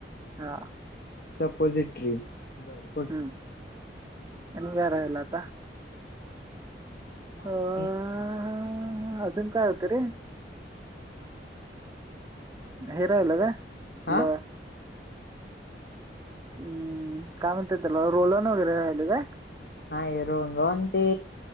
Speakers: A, on the right (about 20°); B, on the left (about 60°).
A: हा
B: सपोजिटरी बरं
A: हम्म आणि काय राहिलं आता अ
B: आणि
A: अ अजून काय होतं रे?
B: आणि
A: हे राहिलं काय आपलं
B: हा
A: हम्म काय म्हणतय त्याला रोलन वगैरे राहिलं काय?
B: नाही रोहुन रोहुन ते